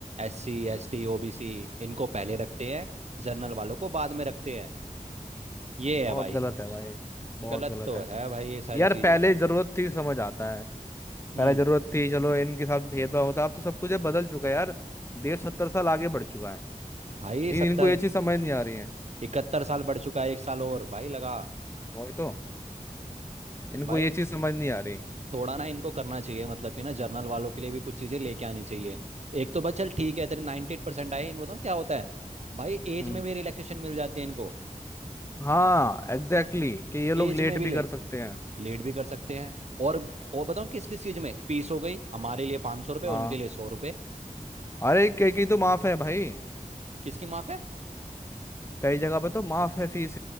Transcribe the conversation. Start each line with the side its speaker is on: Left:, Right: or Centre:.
Right: S C S T O B C इनको पहले रखते हैं जनरल वालों को बाद में रखते हैं ये
Left: बहुत
Right: है भाई
Left: गलत है भाई बहुत
Right: गलत
Left: गलत
Right: तो
Left: है
Right: है भाई ये सारी
Left: यार
Right: चीजें
Left: पहले जरूरत थी समझ आता है पहले
Right: हम्म
Left: जरूरत थी चलो इनके साथ भेदभाव होता अब तो सब कुछ ये बदल चुका है यार देश सत्तर साल आगे बढ़ चुका है
Right: भाई
Left: लेकिन
Right: सत्तर
Left: इनको ये चीज समझ नहीं आ रही है
Right: इकहत्तर साल बढ़ चुका है एक साल और भाई लगा
Left: वही तो इनको
Right: भाई
Left: ये चीज समझ नहीं आ रही
Right: थोड़ा ना इनको करना चाहिए मतलब कि ना जर्नल वालों के लिए भी कुछ चीजें लेके आनी चाहिए एक तो बस चल ठीक है तेरे 98% एट परसेंट आए इनको बताऊँ क्या होता है भाई एज
Left: हम्म
Right: में भी रिलैक्सेशन मिल जाती है इनको
Left: हाँ एग्जैक्टली exactly, कि ये लोग
Right: एज
Left: लेट
Right: में भी
Left: भी
Right: ले
Left: कर सकते हैं
Right: लेट भी कर सकते हैं और और बताऊँ किस किस चीज में फीस हो गई हमारे लिए पाँच सौ रुपये
Left: हाँ
Right: उनके लिए सौ रुपये
Left: अरे कई कई तो माफ है भाई
Right: किसकी माफ है
Left: कई जगह पे तो माफ है फीस